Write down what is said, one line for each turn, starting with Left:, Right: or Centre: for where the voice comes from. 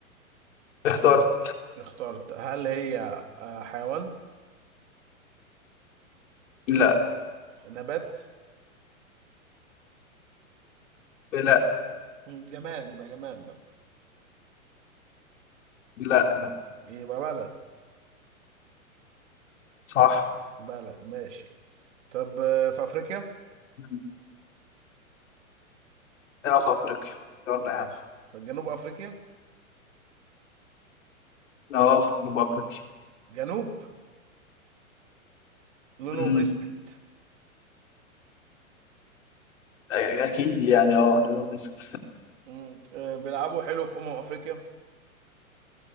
Left: اخترت
Right: اخترت هل هي آه، حيوان
Left: لا
Right: نبات
Left: لا
Right: مم، جماد يبقى جماد بقى
Left: لا
Right: يبقى بلد
Left: صح
Right: بلد ماشي طب آه، في افريقيا
Left: مم. اه في افريقيا يلا يا
Right: ماشي
Left: عم
Right: في جنوب افريقيا
Left: اه في جنوب افريقيا
Right: جنوب لونهم
Left: مم.
Right: اسود
Left: أي- اكيد يعني اه جنوب مصر
Right: مم. آه، بيلعبوا حلو في امم افريقيا